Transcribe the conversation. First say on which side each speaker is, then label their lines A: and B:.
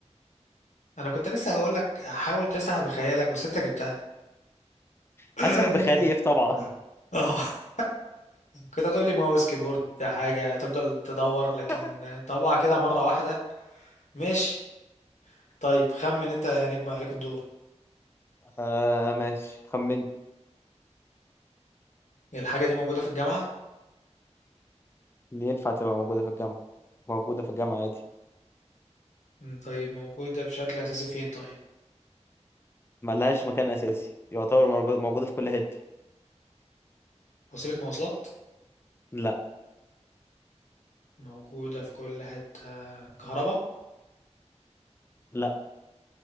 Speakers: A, on the left; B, on the left.
A: أنا كنت لسه هقول لك حاول تسرح بخيالك بس أنت جبتها <laughs>
B: هسرح بخيالي إيه في طبعة؟
A: اه <laughs> كنت هتقول لي ماوس كيبورد حاجة تفضل تدور لكن
B: <laughs>
A: طبعا كده مرة واحدة ماشي طيب خمن انت يا نجم عليك الدور
B: آه ماشي خمنت
A: الحاجة دي موجودة في الجامعة
B: ينفع تبقى موجودة في الجامعة موجودة في الجامعة عادي
A: مم، طيب موجودة بشكل أساسي فين طيب
B: ملهاش مكان أساسي يعتبر موجو- موجودة في كل حتة
A: وسيلة مواصلات
B: لا
A: موجودة في كل حتة كهرباء
B: لا